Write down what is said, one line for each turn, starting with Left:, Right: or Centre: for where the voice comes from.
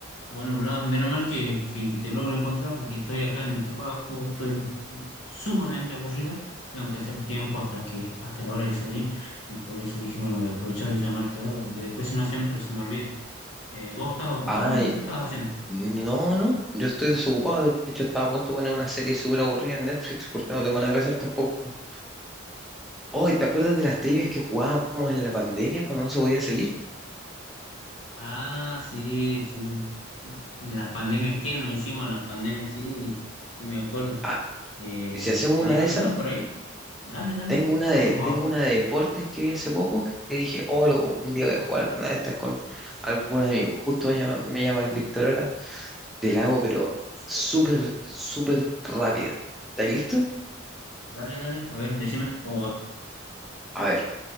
Left: Bueno, Blas, menos mal que, que- que te logro encontrar porque estoy acá en el trabajo, estoy sumamente aburrido, tengo que hacer tiempo hasta que, hasta la hora de salir y por eso dije, bueno, voy a aprovechar y llamarte ahora porque después si no siempre se me olvida. Eh, ¿vos estás ocupado
Centre: Ay,
Left: o qué estás haciendo?
Centre: no, no, yo estoy desocupado. De hecho, estaba a punto de poner una serie súper aburrida en Netflix porque no tengo nada que hacer tampoco. Hoy, ¿te acuerdas de las trivias que jugábamos en la pandemia cuando no se podía salir?
Left: Ah, sí, sí. Y- En la pandemia, ¿qué nos hicimos en la pandemia? Sí, sí me acuerdo.
Centre: Ah,
Left: Eh,
Centre: si hacemos
Left: ¿tenés
Centre: una
Left: alguna
Centre: de esas,
Left: por ahí? Dale, dale,
Centre: tengo una
Left: hagamos,
Centre: de,
Left: hagamos.
Centre: tengo una de deportes que vi hace poco que que dije, oh, lo- un día voy a jugar una de estas con algún amigo. Justo me llama, me llama el Víctor ahora. Te la hago, pero súper, súper rápida. ¿Estáis listo?
Left: Dale, dale, a ver, decime cómo va.
Centre: A ver,